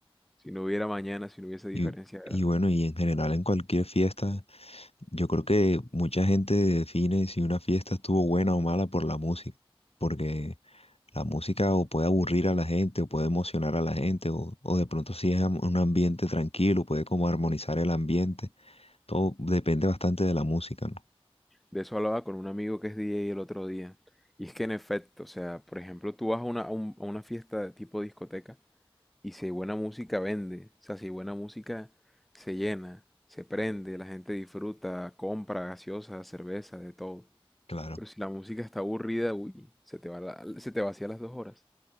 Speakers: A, in the centre; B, on the left (about 85°).
A: si no hubiera mañana, si no hubiese diferencia
B: Y,
A: de
B: y
A: edad.
B: bueno, y en general en cualquier fiesta, yo creo que mucha gente define si una fiesta estuvo buena o mala por la música, porque La música o puede aburrir a la gente, o puede emocionar a la gente, o, o de pronto si es am- un ambiente tranquilo, puede como armonizar el ambiente. Todo depende bastante de la música, ¿no?
A: De eso hablaba con un amigo que es DJ el otro día. Y es que en efecto, o sea, por ejemplo, tú vas a una, a un- a una fiesta de tipo discoteca y si hay buena música vende. O sea, si hay buena música se llena, se prende, la gente disfruta, compra gaseosa, cerveza, de todo.
B: Claro.
A: Pero si la música está aburrida, uy, se te va la- se te vacía las dos horas.